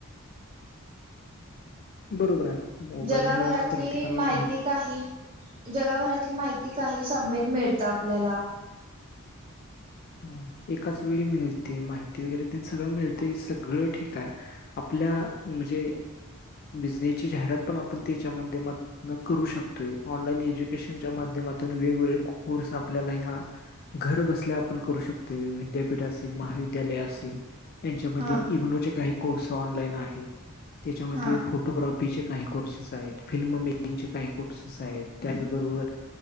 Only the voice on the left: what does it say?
बरोबर आहे. मोबाईल
हे हा प्रत्येकाला
महत्
हम् एकाच वेळी मिळते माहिती वगैरे त्यांना सगळं मिळते सगळं ठीक आहे. आपल्या म्हणजे बिझनेसची जाहिरात पण आपण त्याच्या माध्यमात करू शकतोय. ऑनलाईन एज्युकेशनच्या माध्यमातून वेगवेगळे कोर्स आपल्याला ह्या घर बसल्या करू शकतोय. विद्यापीठ असे ल मविद्यालय असेच्यामध्ये
इनोर काही. कोर्स ऑनलाईन आहे त्याच्यामध्ये
फोटो फोटोग्राफीचे काही कोर्सेस आहेत, फिल्म मेकिंगचे काही कोर्सेस आहेत, त्याचबरोबर